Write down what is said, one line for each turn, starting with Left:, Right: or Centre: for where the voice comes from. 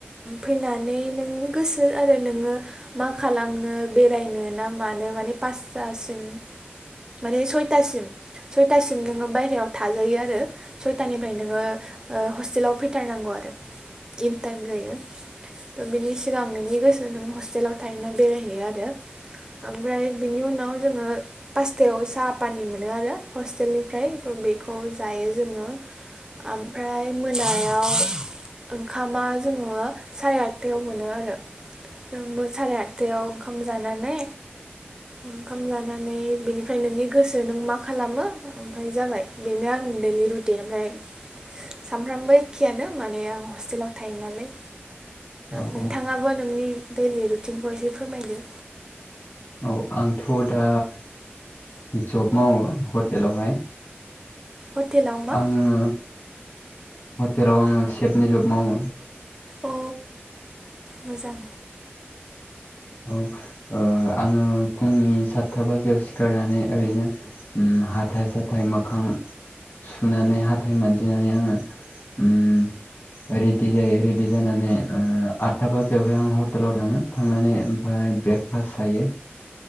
Right: फैनानै नोंनि गोसो आरो नोङो मा खालामनो बेरायनो ना मानो माने पासथासिम माने सयथासिम सयथासिम नोङो बायहेरायाव थाजायो आरो सयथानिफ्राय नोङो हस्टेलाव फैथारनांगौ आरो इन टाइम जायो थ' बिनि सिगां नोंनि गोसो नों हस्टेलाव थायोना बेरायहैयो आरो ओमफ्राय बिनि उनाव जोङो पासथायाव साहा पानि मोनो आरो हस्टेलनिफ्राय बेखौ जायो जोङो ओमफ्राय मोनायाव याव ओंखामा जोङो साराय आटथायाव मोनो आरो जोंङो साराय आठथायाव ओंखाम जानानै ओंखाम जानानै बेनि फ्राय नोंनि गोसो नों मा मा खालामो ओमफ्राय जाबाय बेनो आं दैलि रुटिन ओमफ्राय सानफ्रामबो एखेयानो माने आं हस्टेलाव थायो नालाय
Left: औ
Right: नोंथाङाबो
Left: औ
Right: बो नोंनि दैलि रुटिनखौ एसे फोरमायदो
Left: औ आंथ' दा जब मावो हटेलावहाय
Right: हटेलाव मा
Left: आङो हटेलाव आङो सेफनि जब मावो
Right: अ मोजां
Left: औ आङो फुंनि सातथा बाजियाव सिखारनानै ओरैनो उम हाथाय साथाय मोखां सुनानै हाथाय मानजिनानै आङो उम रेडि जायो रेडि जानानै ओ आदथा बाजायावहाय आं हटेलाव थाङो थांनानै ओमफ्राय ब्रेकफास्ट जायो